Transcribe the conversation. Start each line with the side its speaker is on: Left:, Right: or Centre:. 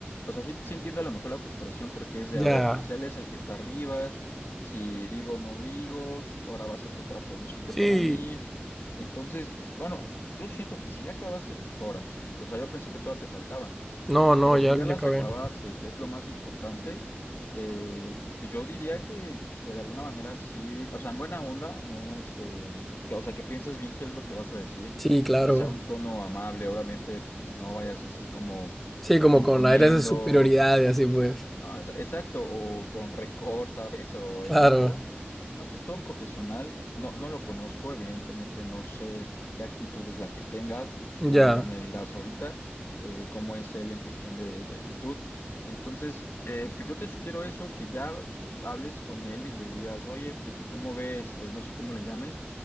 Left: o sea, sí, sí entiendo a lo mejor la frustración porque es de,
Centre: ya.
Left: a ver, pues él es el que está arriba, si digo, no digo, ahora va a ser contraproducente
Centre: Sí,
Left: para mí. Entonces, bueno, yo siento que si ya acabaste tus horas, o sea, yo pensé que todas te faltaban,
Centre: No, no,
Left: pero
Centre: ya,
Left: si ya
Centre: ya
Left: las
Centre: acabé.
Left: acabaste, que es lo más importante, eh, pues yo diría que, que de alguna manera sí, o sea, en buena onda, no, este, que, o sea, que pienses bien qué es lo que vas a decir
Centre: Sí, claro.
Left: que sea un tono amable, obviamente, pues no vayas así como
Centre: Sí, como
Left: imponiendo,
Centre: con aires de superioridad y así pues.
Left: no, es- exacto, o con rencor, <laughs> ¿sabes? O
Centre: Claro,
Left: enojo. Y No, pues todo profesional, no, no lo conozco, evidentemente no sé qué actitud es la que tenga, pues
Centre: ya.
Left: tú ya me dirás ahorita eh, cómo es él en cuestión de, de actitud. Entonces, eh, pues yo te sugiero eso, que ya hables con él y le digas, oye, pues cómo ve este, no sé cómo le llames,